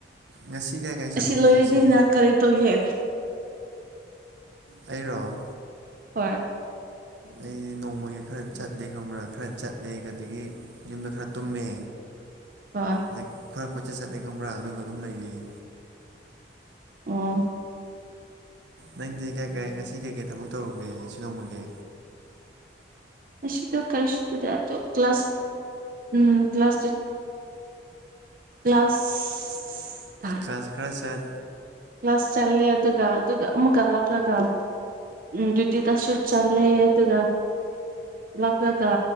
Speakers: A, on the right; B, on the right.
A: ꯉꯁꯤ ꯀꯥꯏ ꯀꯥꯏ ꯆꯠꯂꯨꯒꯦ
B: ꯑꯁꯤ ꯂꯣꯏꯔꯗꯤꯅ
A: ꯉꯁꯤ
B: ꯀꯔꯤ ꯇꯧꯒꯦ
A: ꯑꯩꯔꯣ
B: ꯍꯣꯏ
A: ꯑꯩꯗꯤ ꯅꯣꯡꯃꯒꯤ ꯈꯔ ꯆꯠꯂꯦ ꯈꯪꯕ꯭ꯔꯥ ꯈꯔ ꯆꯠꯂꯦ ꯑꯗꯒꯤ ꯌꯨꯝꯗ ꯈꯔ ꯇꯨꯝꯃꯦ
B: ꯑ
A: ꯑꯗꯩ ꯈꯔ ꯀꯣꯏꯆꯠ ꯆꯠꯂꯦ ꯈꯪꯕ꯭ꯔꯥ ꯑꯗꯨꯒ ꯑꯗꯨꯝ ꯂꯩꯔꯤꯌꯦ꯫
B: ꯑꯣ꯫
A: ꯅꯪꯗꯤ ꯀꯩ ꯀꯔꯤ ꯉꯁꯤ ꯀꯩꯀꯩ ꯊꯕꯛ ꯇꯧꯔꯨꯒꯦ ꯑꯁꯤ ꯅꯣꯡꯃꯒꯤ꯫
B: ꯉꯑꯁꯤꯗꯣ ꯀꯔꯤꯁꯨꯇꯧꯗꯦ ꯀ꯭ꯂꯥꯁ ꯎꯝ ꯀ꯭ꯂꯥꯁ ꯀ꯭ꯂꯥꯁ
A: ꯀ꯭ꯂꯥꯁ ꯈꯔ ꯆꯠ
B: ꯀ꯭ꯂꯥꯁ ꯆꯠꯂꯦ ꯑꯗꯨꯒ ꯑꯗꯨꯒ ꯑꯃꯨꯛꯀ ꯂꯥꯛꯂꯒ ꯎꯝ ꯑꯗꯨꯇꯤꯗꯁꯨ꯫ ꯆꯠꯂꯦ ꯑꯗꯨꯒ ꯍꯜꯂꯥꯛꯂꯒ